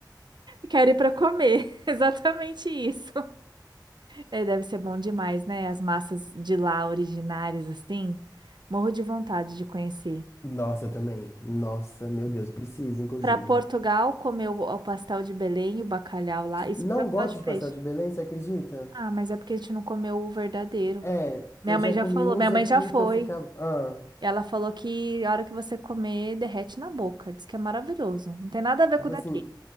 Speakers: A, on the right; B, on the left.
A: Quero ir para comer. <laughs> Exatamente isso. É, deve ser bom demais, né? As massas de lá originárias, assim. Morro de vontade de conhecer.
B: Nossa, eu também. Nossa, meu Deus, preciso, inclusive.
A: Para Portugal, comer o, o pastel de Belém e o bacalhau lá. Isso
B: Não
A: porque eu não
B: gosto
A: gosto de
B: de
A: peixe.
B: pastel de Belém, você acredita?
A: Ah, mas é porque a gente não comeu o verdadeiro.
B: É,
A: Minha
B: eu já
A: mãe já
B: comi
A: falou,
B: uns
A: minha
B: aqui
A: mãe já foi.
B: que eu ficava. Ah,
A: E ela falou que a hora que você comer, derrete na boca. Diz que é maravilhoso. Não tem nada a ver
B: tipo
A: com o daqui.
B: assim.